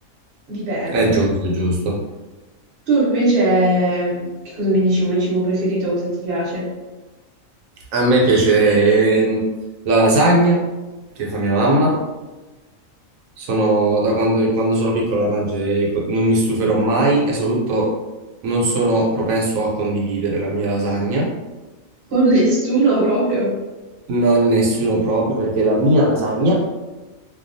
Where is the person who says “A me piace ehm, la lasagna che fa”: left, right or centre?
Right